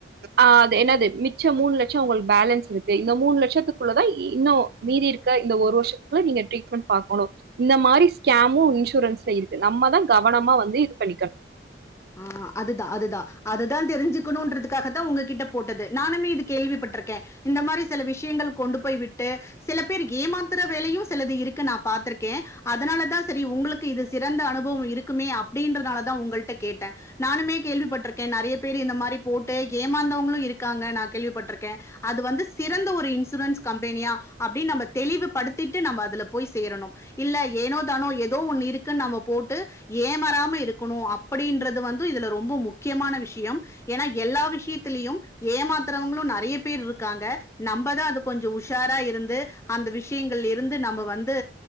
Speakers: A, on the right; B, on the left.
A: ஆ அது என்னது மிச்சோ மூணு லட்சோ உங்ளுக் பேலன்ஸ் இருக்கு இந்த மூணு லட்சத்துக்குள்ள தா இ இன்னும் மீதி இருக்க இந்த ஒரு வருஷத்துக்கு நீங்க ட்ரீட்மென்ட் பாக்கணு இந்த மாரி ஸ்கேமு இன்சூரன்ஸ்ல இருக்கு நம்ம தா கவனமா வந்து இது பண்ணிக்கணு
B: ஆ அதுதா அதுதா அதுதா தெரிஞ்சுக்குணுன்றதுக்காக தா உங்ககிட்ட போட்டது நானுமே இது கேள்விப்பட்டிருக்க இந்த மாரி சில விஷ்யங்கள் கொண்டு போய் விட்டு சில பேர் ஏமாத்துற வேலயு சிலது இருக்கு நா பாத்திருக்க அதனால தா சரி உங்ளுக்கு இது சிறந்த அனுபவம் இருக்குமே அப்டின்றதுனால தா உங்கள்ட கேட்ட நானுமே கேள்விப்பட்டிருக்க நறைய பேர் இந்த மாரி போட்டு ஏமாந்தவங்களு இருக்காங்க நா கேள்விப்பட்டிருக்க அது வந்து சிறந்த ஒரு இன்சூரன்ஸ் கம்பெனியா அப்டின் நம்ம தெளிவுபடுத்திட்டு நம்ம அதுல போய் சேரணு இல்ல ஏனோ தானோ ஏதோ ஒன்னு இருக்கு நாம போட்டு ஏமாறாம இருக்குணு அப் அப்டின்றது வந்து இதுல ரொம்ப முக்கியமான விஷ்யம் ஏனா எல்லா விஷ்யத்திலியு ஏமாத்தறவங்ளு நறைய பேர் இருக்காங்க நம்ப தா அது கொஞ்சோ உஷாரா இருந்து அந்த விஷ்யங்கள்ல இருந்து நம்ப வந்து